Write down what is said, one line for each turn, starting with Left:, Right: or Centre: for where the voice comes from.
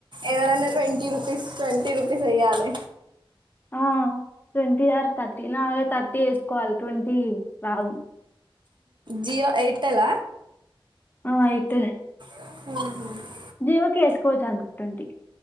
Right: ఎవరన్నా ట్వంటీ రూపీస్ ట్వంటీ రూపీస్ ఎయ్యాలి
Left: ఆ ట్వంటీ ఆర్ థర్టీ నాగా థర్టీ వేసుకోవాలి ట్వంటీ రాదు
Right: జియో ఎయిర్టెల
Left: ఆ ఎయిర్టెల్
Right: ఆహ
Left: జియోకి వేసుకోవచ్చు అనుకుంటా ట్వంటీ